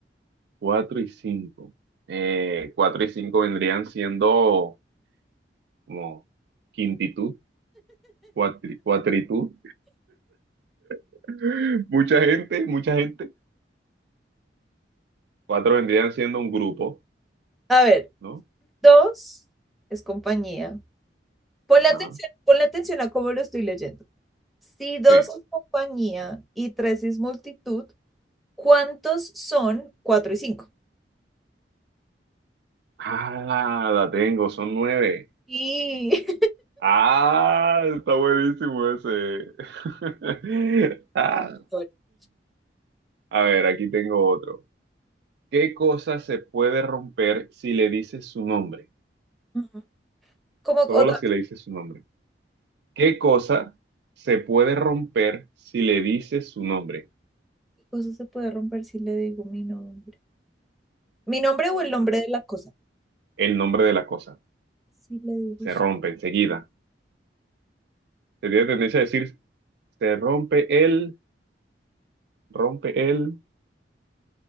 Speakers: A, on the right; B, in the centre.
A: cuatro y cinco. Eh, cuatro y cinco vendrían siendo como quintitud, cuatri- cuatritud. <laughs> Mucha gente, mucha gente. Cuatro vendrían siendo un grupo,
B: A ver,
A: ¿no?
B: dos es compañía. Ponle
A: Ajá,
B: atención, ponle atención a cómo lo estoy leyendo. Si dos
A: sí.
B: es compañía y tres es multitud, ¿cuántos son cuatro y cinco?
A: Ah, la tengo, son nueve.
B: Y...
A: Ah, está buenísimo ese. <laughs> Ah.
B: <laughs>
A: A ver, aquí tengo otro. ¿Qué cosa se puede romper si le dices su nombre?
B: Ujú. Como
A: Solo
B: otra
A: si le dices su nombre. ¿Qué cosa se puede romper si le dices su nombre?
B: cosa se puede romper si le digo mi nombre. Mi nombre o el nombre
A: Ajá.
B: de la cosa.
A: El nombre de la cosa.
B: Si le digo
A: Se
B: su-
A: rompe enseguida. Se tiene tendencia a decir, se rompe él, rompe él.